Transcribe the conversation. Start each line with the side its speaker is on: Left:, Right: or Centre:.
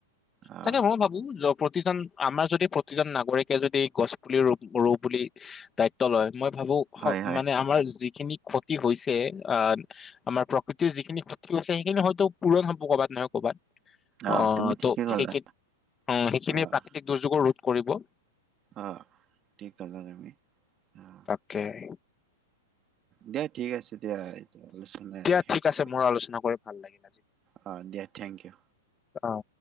Right: আহ
Left: তাকে মই ভাবো জব- প্ৰতিজন আমাৰ যদি প্ৰতিজন নাগৰিকে যদি গছ পুলি ৰুব ৰু বুলি- দায়িত্ব লয়, মই ভাবো
Right: হয় হয়
Left: মানে আমাৰ যিখিনি- ক্ষতি হৈছে আ আমাৰ প্ৰকৃতিৰ যিখিনি ক্ষতি হৈছে সেইখিনি হয়তো পূৰণ হ'ব ক'বাত নহয়- কবাত,
Right: আহ
Left: অঁহ
Right: তুমি ঠিকে
Left: ত'
Right: ক'লা
Left: সেইখিন সেইখিনিয়ে
Right: আহ
Left: প্ৰাকৃতিক দুৰ্যোগৰ ৰোধ কৰিব।
Right: অঁ ঠিক কলা তুমি, অঁ'।
Left: কে হেই-
Right: দিয়া ঠিক আছে। এতিয়া এইটো আলোচনা ইয়াতে
Left: দিয়া
Right: শেষ
Left: ঠিক আছে
Right: কৰো।
Left: মোৰ আলোচনা কৰি ভাল লাগিল
Right: অঁ' দিয়া থেংক ইউ।
Left: অঁ'